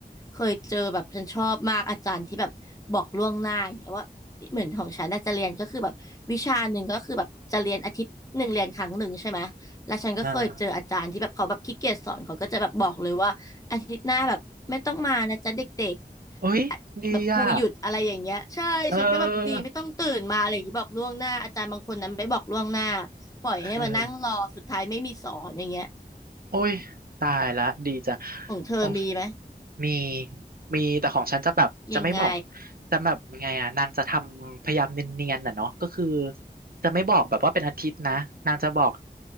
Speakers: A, on the left (about 20°); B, on the right (about 65°).
A: เคยเจอแบบฉันชอบมากอาจารย์ที่แบบบอกล่วงหน้าอย่างเงี้ยว่าเหมือนของฉันน่าจะเรียนก็คือแบบวิชาหนึ่งก็คือแบบจะเรียนอาทิตย์หนึ่งเรียนครั้งหนึ่งใช่ไหมแล้วฉันก็เคยเจออาจารย์ที่แบบเขาแบบขี้เกียจสอนเขาก็จะแบบบอกเลยว่าอาทิตย์หน้าแบบไม่ต้องมานะจ๊ะเด็ก
B: อ่าโอ้ยดีอ่ะ
A: อะแบบครูหยุดอะไรอย่างเงี้ยใช่ฉันก็แบบดีไม่ต้องตื่นมาอะไรอย่างงี้บอกล่วงหน้าอาจารย์บางคนนั้นไม่บอกล่วงหน้า
B: เออ
A: ปล่อยให้มานั่งรอสุดท้ายไม่มีสอนอย่างเงี้ย
B: เออ โอ้ยตายละดีจัง
A: ของเธอมีไหม
B: ของมีมีแต่ของฉันจะแบบจะไม่บอก
A: ยังไง
B: จะแบบยังไงอ่ะนางจะทำพยายามเนียนๆน่ะเนาะก็คือจะไม่บอกแบบว่าเป็นอาทิตย์นะนางจะบอก